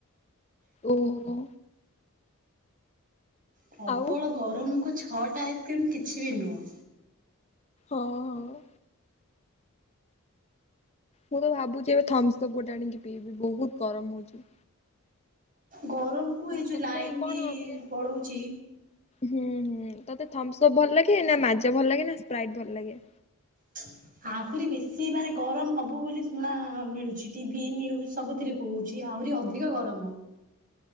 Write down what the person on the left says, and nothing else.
ଓହୋ।
ଆଉ
ଓ ହୋ। ମୁଁ ତ ଭାବୁଚି ଏବେ ଥମ୍ସ ଅପ୍ ଗୋଟେ ଆଣିକି ପିଇବି ବୋହୁତୁ ଗରମ ହଉଚି।
ତତେ
କଣ
ମାନେ
ହୁଁ ହୁଁ ତତେ ଥମ୍ସ ଅପ୍ ଭଲ ଲାଗେ ନା ମାଜ ଭଲ ଲାଗେ ନା ସ୍ପ୍ରାଇଟ୍ ଭଲ ଲାଗେ?